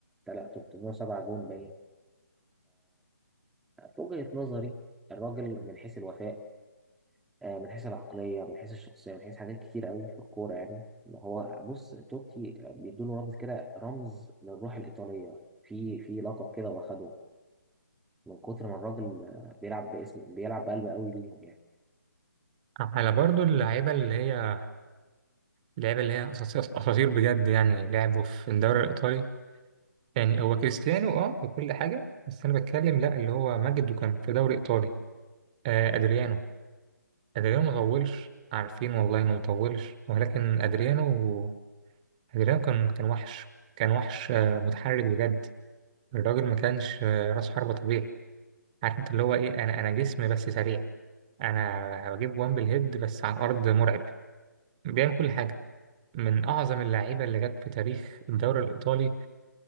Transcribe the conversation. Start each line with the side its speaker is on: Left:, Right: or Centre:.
Centre: تلا- 307 جون باين في وجهة نظري الراجل من حيث الوفاء آه، من حيث العقلية من حيث الشخصية من حيث حاجات كتير قوي في الكورة يعني هو بص توتي بيدوله رمز كده رمز للروح الإيطالية في في لقب كده واخده من كتر ما الراجل آه، بيلعب باسم بيلعب بقلب قوي ليهم يعني
Right: على برضو اللعيبه اللي هي اللعيبه اللي هي اساطير أساطير بجد يعني لعبوا في الدوري الايطالي يعني هو كريستيانو اه وكل حاجه بس انا بتكلم لا اللي هو ماجد وكان في دوري ايطالي آه ادريانو ادريانو ما طولش عارفين والله انه ما طولش ولكن ادريانو جيران كان كان وحش كان وحش آه، متحرك بجد الراجل ما كانش آه، راس حربة طبيعي عارف انت اللي هو ايه انا انا جسم بس سريع انا بجيب وان بالهيد بس على الارض مرعب بيعمل كل حاجة من اعظم اللعيبة اللي جت في تاريخ الدوري الايطالي